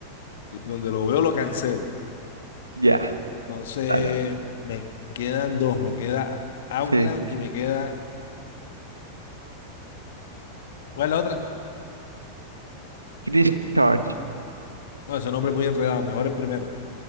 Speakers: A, on the left; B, on the right.
A: Y Donde lo veo lo cancelo.
B: Ya.
A: Entonces,
B: Dale.
A: me quedan dos. Me queda Auckland
B: Sí.
A: y me queda. ¿Cuál es la otra?
B: Christchurch.
A: No, ese nombre es muy enredado. Mejor el primero.